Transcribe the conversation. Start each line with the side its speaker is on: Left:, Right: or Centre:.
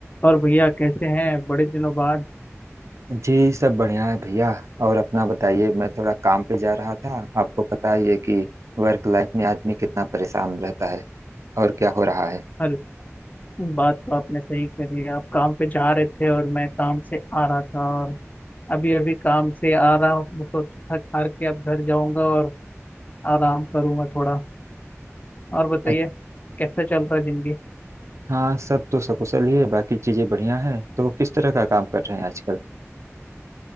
Left: और भैया कैसे हैं बड़े दिनों बाद
Right: जी सब बढ़िया है भैया और अपना बताइए मैं थोड़ा काम पे जा रहा था आपको पता ही है कि वर्क लाइफ में आदमी कितना परेशान रहता है और क्या हो रहा है
Left: हर बात तो आपने सही करी है। आप काम पे जा रहे थे और मैं काम से आ रहा था और अभी अभी काम से आ रहा हूँ तो थक हार के अब घर जाऊंगा और आराम करूंगा थोड़ा और बताइए
Right: अच्छ-
Left: कैसा चल रहा है जिंदगी
Right: हाँ सब तो सकुशल ही है बाकी चीजें बढ़िया हैं तो किस तरह का काम कर रहे हैं आजकल